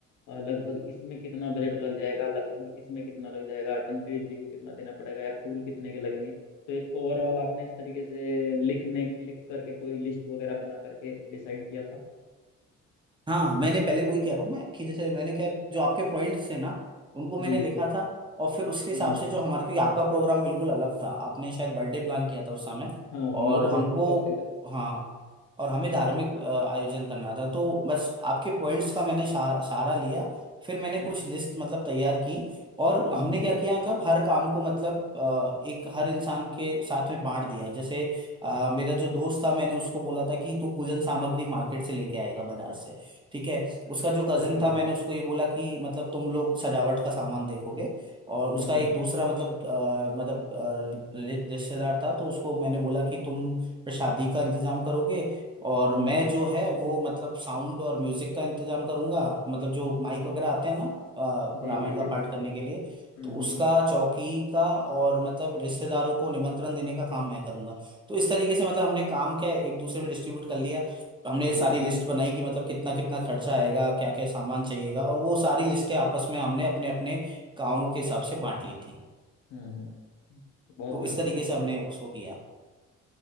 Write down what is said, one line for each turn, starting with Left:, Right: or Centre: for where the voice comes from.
Left: अ, लगभग इसमें कितना बजट लग जाएगा लगभग इसमें कितना लग जाएगा पंडित जी को कितना देना पड़ेगा या फूल कितने के लगेंगे तो एक ओवरऑल आपने इस तरीके से लिखने लिख करके कोई लिस्ट वगैरह बना करके डिसाइड किया था
Right: हाँ मैंने पहले वही कह रहा हूँ मैं कि जैसे मैंने क्या जो आपके पॉइंट्स थे ना उनको मैंने
Left: जी
Right: लिखा था और फिर उसके हिसाब
Left: हम्म
Right: से जो हमारा क्योंकि आपका प्रोग्राम बिल्कुल अलग था आपने शायद बर्थडे प्लान किया था उस समय
Left: हाँ हमारा
Right: और
Left: तो
Right: हमको
Left: बर्थडे का
Right: हाँ और हमें धार्मिक अ, आयोजन करना था तो बस आपके पॉइंट्स का मैंने शा- सहारा लिया फिर मैंने कुछ
Left: अच्छा अच्छा
Right: लिस्ट मतलब तैयार की और हमने
Left: हम्म हम्म
Right: क्या किया मतलब हर काम को मतलब अ, एक हर इंसान के साथ में बांट दिया जैसे अ, मेरा जो दोस्त था मैंने उसको बोला था कि तू पूजन सामग्री मार्केट से लेके आएगा बाजार से ठीक है
Left: अच्छा,
Right: उसका जो
Left: बहुत
Right: कजिन
Left: बढ़िया
Right: था मैंने उसको ये बोला कि मतलब तुम लोग सजावट का सामान देखोगे और उसका
Left: हम्म
Right: एक
Left: हम्म
Right: दूसरा मतलब अ, मतलब अ, रि- रिश्तेदार था तो उसको मैंने बोला कि तुम प्रसादी का इंतजाम करोगे और
Left: हम्म
Right: मैं
Left: हम्म,
Right: जो है वो मतलब साउंड और म्यूजिक का इंतजाम करूंगा मतलब जो माइक वगैरह आते हैं ना अ,
Left: जी
Right: रामायण
Left: जी
Right: का
Left: जी
Right: पाठ
Left: बिल्कुल
Right: करने
Left: बिल्कुल
Right: के लिए
Left: हम्म
Right: तो उसका
Left: हम्म
Right: चौकी का और मतलब रिश्तेदारों को निमंत्रण देने का काम मैं करूंगा तो इस तरीके से मतलब हमने काम क्या है, एक दूसरे में डिस्ट्रीब्यूट कर लिया है हमने
Left: बहुत
Right: सारी
Left: बढ़िया
Right: लिस्ट बनाई कि मतलब कितना कितना खर्चा आएगा क्या क्या सामान चाहिएगा और वो सारी लिस्टें आपस में हमने अपने अपने कामों के हिसाब से बांट ली थी
Left: हम्म हम्म बहुत
Right: तो
Left: बढ़िया
Right: इस तरीके
Left: बहुत
Right: से
Left: बढ़िया
Right: हमने उसको किया